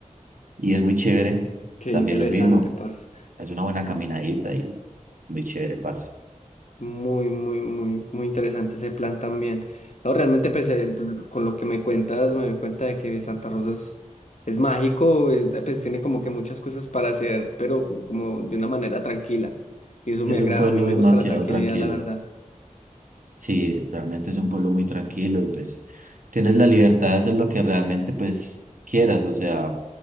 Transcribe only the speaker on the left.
Qué
interesante,
parce.
Muy, muy, muy, muy interesante ese plan también. No, realmente, pues, eh, con lo que me cuentas, me doy cuenta de que Santa Rosa es, es mágico, es- pues tiene como que muchas cosas para hacer, pero co- como de una manera tranquila. Y eso
me
agrada,
a mí me
gusta la tranquilidad,
la verdad.